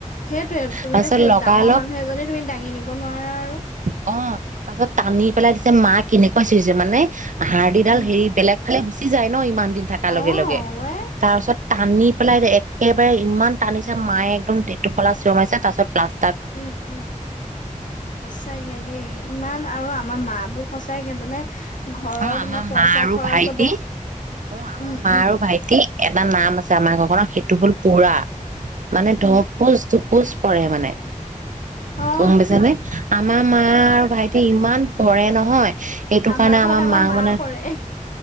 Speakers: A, on the left (about 70°); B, on the right (about 65°).
A: সেইটোৱে তুমিতো
B: তাৰপিছত লগালগ
A: ডাঙৰ মানুহ এজনী তুমি দাঙি নিব নোৱাৰা আৰু
B: অ' তাৰ পাছত টানি পেলাই দিছে, মা কেনেকুৱা চিঞৰিছে মানে। হাড় দিডাল
A: উম,
B: হেৰি বেলেগ। ফালে গুচি যায় ন ইমান দিন থাকা
A: অ',
B: লগে লগে <unintelligible>
A: ৱে
B: তাৰপাছত টানি পেলাই একেবাৰে ইমান টানিছে মায়ে একদম টেটুফলা চিয়ৰ মাৰিছে তাৰ পিছত প্লাষ্ট
A: উম উম সঁচাকে দেই। ইমান আৰু আমাৰ মা বোৰ সঁচাকে মানে ঘৰৰ
B: অ'
A: তোমাৰ
B: আমাৰ
A: পইচা
B: মা আৰু
A: খৰচ
B: ভাইটি
A: হ'ব
B: অ' আমাৰ
A: উম,
B: মা
A: উম,
B: আৰু ভাইটি এটা নাম আছে আমাৰ ঘৰখনৰ। সেইটো হ'ল পোৰা। মানে <unintelligible>
A: উম,
B: পোষ্ট পৰে মানে?
A: অ',
B: গম পাইছানে আমাৰ মা আৰু ভাইটি তে ইমান পৰে নহয়। এইটো
A: আমাৰ
B: কাৰণে
A: ঘৰত আমাৰ
B: মাক
A: মা
B: মানে
A: পৰে।